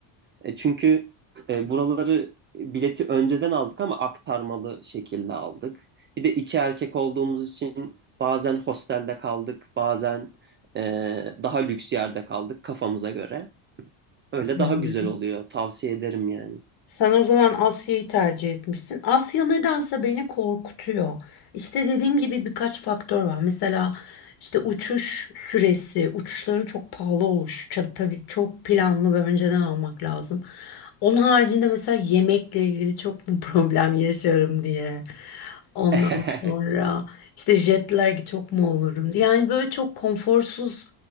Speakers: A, on the right (about 25°); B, on the left (about 50°).
A: E, çünkü e, buraları bileti önceden aldık ama aktarmalı şekilde aldık. Bir de iki erkek olduğumuz için bazen hostelde kaldık, bazen e, daha lüks yerde kaldık kafamıza göre. Öyle
B: Hı
A: daha
B: hı.
A: güzel oluyor. Tavsiye ederim yani.
B: Sen o zaman Asya'yı tercih etmişsin. Asya nedense beni korkutuyor. İşte dediğim gibi birkaç faktör var. Mesela işte uçuş süresi, uçuşların çok pahalı oluşu. Ça- Tabii çok planlı ve önceden almak lazım. Onun haricinde mesela yemekle ilgili çok mu <laughs> problem yaşarım diye. Ondan
A: <laughs>
B: sonra işte jet lag çok mu olurum diye. Yani böyle çok konforsuz